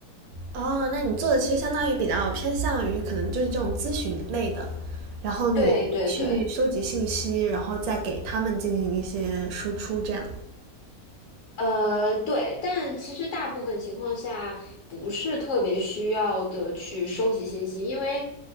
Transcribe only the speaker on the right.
哦，那你做的其实相当于比较偏向于可能就是这种咨询类的，然后你去收集信息，
然后再给他们进行一些输出，这样。